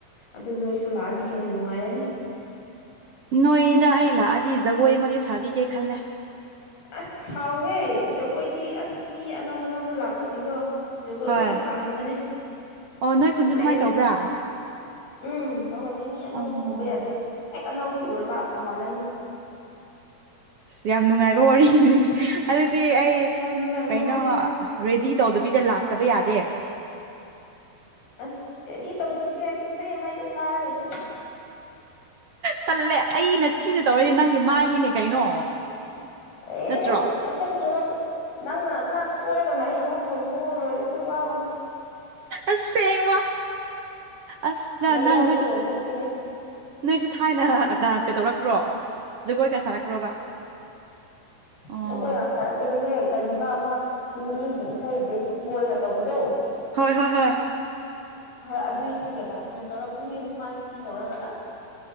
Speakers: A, on the left; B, on the right.
A: ꯑꯗꯨ ꯅꯣꯏꯁꯨ ꯂꯥꯛꯑꯗꯤ ꯍꯦꯟꯅ ꯅꯨꯡꯉꯥꯏꯔꯅꯤ
B: ꯅꯣꯏ ꯏꯅ ꯑꯏ ꯂ ꯑꯗꯤ ꯒꯣꯋꯥꯏ ꯃ ꯁꯥꯕꯤꯒꯦ ꯈꯜꯂ
A: ꯑꯁ ꯁꯥꯎꯍꯦ ꯖꯒꯣꯏꯗꯤ ꯑꯁ ꯃꯤ ꯑꯅꯧ ꯑꯅꯧꯕ ꯂꯥꯛꯄꯁꯤꯡꯗꯣ ꯖꯒꯣꯏ
B: ꯍꯣꯏ
A: ꯂꯣꯏ ꯁꯥꯍꯟꯕꯅꯦ
B: ꯑꯣ ꯅꯣꯏ
A: ꯅꯨꯡꯉꯥꯏꯕꯅꯤ
B: ꯈꯨꯟꯁꯨ ꯑꯗꯨꯃꯥꯏꯅ ꯇꯧꯕ꯭ꯔꯥ
A: ꯎꯝ ꯇꯧꯍꯜꯂꯤ ꯃꯤ ꯑꯅꯧꯕ
B: ꯑꯣ
A: ꯎꯕ ꯌꯥꯗꯦ ꯍꯦꯛ ꯑꯅꯧꯕ ꯎꯔꯕ ꯁꯥꯍꯜꯂꯅꯤ <inaudible>
B: ꯌꯥꯝ ꯅꯨꯡꯉꯥꯏꯕ ꯋꯥꯔꯤꯅꯤ ꯑꯗꯨꯗꯤ ꯑꯗꯨꯗꯤ ꯑꯩ
A: ꯌꯥꯝ ꯅꯨꯡꯉꯥꯏꯕ
B: ꯀꯩꯅꯣ
A: ꯋꯥꯔꯤꯅꯦ
B: ꯔꯦꯗꯤ ꯇꯧꯗꯕꯤꯗ ꯂꯥꯛꯇꯕ ꯌꯥꯗꯦ
A: ꯑꯁ ꯔꯦꯗꯤ ꯇꯧꯗꯁꯨ ꯌꯥꯏꯗꯤ ꯏꯁꯩ ꯑꯃꯗ ꯊꯥꯔꯒꯗꯤ
B: ꯇꯜꯂꯦ ꯑꯩꯅ ꯊꯤꯅ ꯇꯧꯔꯏꯗꯤ ꯅꯪꯒꯤ ꯃꯥꯏꯅꯤꯅꯦ ꯀꯩꯅꯣ
A: ꯑꯦꯁ
B: ꯅꯠꯇ꯭ꯔꯣ
A: ꯑꯩꯈꯣꯏ ꯄꯨꯝꯅꯃꯛ ꯅꯪꯅ ꯈꯔ ꯁꯣꯏꯔꯒꯅ ꯑꯩ ꯑꯃꯨ ꯆꯣꯡ ꯊꯣꯛꯑ ꯂꯣꯏꯔ ꯁꯤ ꯋꯥꯒꯅꯨ
B: ꯑꯁꯦꯡꯕ ꯑꯁ ꯅꯪ
A: ꯃꯌꯥꯏꯗ
B: ꯅꯪ ꯅꯣꯏꯁꯨ
A: ꯆꯣꯡꯊꯣꯛꯄꯤꯒꯦ
B: ꯅꯣꯏꯁꯨ ꯊꯥꯏꯅ ꯗꯥꯟꯁꯀ ꯇꯧꯔꯛꯄ꯭ꯔꯣ ꯖꯒꯣꯏꯒ ꯁꯥꯔꯛꯄ꯭ꯔꯣꯕ ꯑꯣ
A: ꯑꯗꯨꯕꯨꯣ ꯌꯥꯝ ꯁꯥꯔꯛꯄꯅꯦꯍꯦꯛ ꯀ ꯑꯃ ꯍꯤꯟꯗꯤꯒꯤ ꯏꯁꯩ ꯗꯦꯁꯤ ꯕꯣꯏꯒ ꯇꯧꯕꯗꯣ
B: ꯍꯣꯏ ꯍꯣꯏ ꯍꯣꯏ
A: ꯍꯣꯏ ꯑꯗꯨ ꯏꯁꯩ ꯒꯗꯥꯁꯦ ꯌꯥꯝ ꯇꯧꯔꯛꯄꯅꯦ ꯑꯩ ꯅꯨꯄꯥ ꯅꯨꯄꯤ ꯇꯧꯔꯒ ꯑꯁ